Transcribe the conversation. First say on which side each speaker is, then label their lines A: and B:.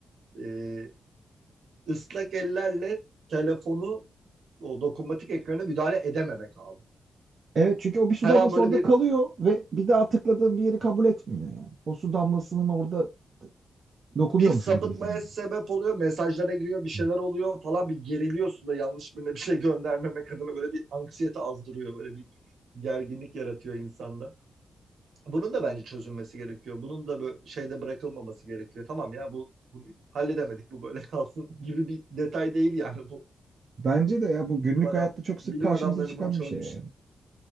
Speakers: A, on the right (about 70°); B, on the right (about 40°).
A: E, ıslak ellerle telefonu o dokunmatik ekrana müdahale edememek abi.
B: Evet çünkü o bir su
A: her
B: damlası
A: an böyle
B: orada
A: bir
B: kalıyor ve bir daha tıkladığım bir yeri kabul etmiyor yani. O su damlasının orada
A: bir
B: dokunuyormuşum
A: sapıtmaya
B: gibi sanıyorum.
A: sebep oluyor. Mesajlara giriyor, bir şeyler
B: Hı.
A: oluyor falan bir geriliyorsun da yanlış birine bir şey <laughs> göndermemek adına böyle bir anksiyete azdırıyor. Böyle bir gerginlik yaratıyor insanda. Bunun da bence çözülmesi gerekiyor. Bunun da böyle şeyde bırakılmaması gerekiyor. Tamam ya bu bunu halledemedik bu böyle kalsın <laughs> gibi bir detay değil yani bu.
B: Bence de ya bu günlük
A: Bilim adam
B: hayatta çok sık
A: bilim
B: karşımıza
A: adamları
B: çıkan
A: bunu çözmüş.
B: bir şey yani.